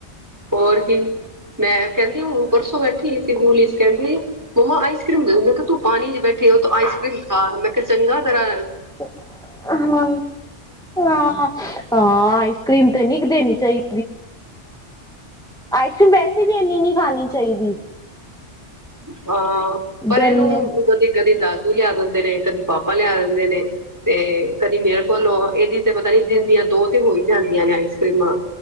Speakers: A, on the right; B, in the centre.
A: ਹੋਰ ਵੀ ਮੈਂ ਕਹਿੰਦੀ ਉਹ ਪਰਸੋਂ ਬੈਠੀ ਸੀੂਲੀ ਚ ਕਹਿੰਦੀ ਮੰਮਾ ਆਈਸ ਕਰ੍ਰੀਮ ਦੇ ਦਿੰ ਮ ਤੂੰ ਪਾਣੀ ਚ ਬੈਠੇ ਹੋ ਆਈਸ ਕਰ੍ਰੀਮ ਖਾ ਮੈਂ ਚੰਗਾ ਤਰ੍ਹਾਂ
B: ਹਾਂ ਹਾਂ ਹਾਂ ਆਈਸ ਕਰ੍ਰੀਮ ਤੇ ਨੀ ਕੁ ਦੇਣੀ ਚਾਹੀਦੀ ਆਈਸਕ੍ਰੀਮ ਵੈਸੇ ਵੀ ਇਨੀ ਨੀ ਖਾਣੀ ਚਾਹੀਦੀ
A: ਹਾਂ ਪਰ
B: ਗਰਮੀਆਂ
A: ਇਹਨੂੰ ਕਦੀ ਕਦੀ ਦਗ ਦਾਦੂ ਲਿਆ ਦਿੰਦੇ ਨੇ ਕਦੀ ਪਾਪਾ ਲਿਆ ਦਿੰਦੇ ਨੇ ਤੇ ਕਦੀ ਮੇਰੇ ਕੋਲੋਂ ਇਹਦੀ ਤੇ ਪਤਾ ਨੀ ਦਿਨ ਦੀਆਂ ਦੋ ਤੇ ਹੋ ਹੀ ਜਾਂਦੀਆਂ ਨੇ ਆਈਸਕ੍ਰੀਮਾਂ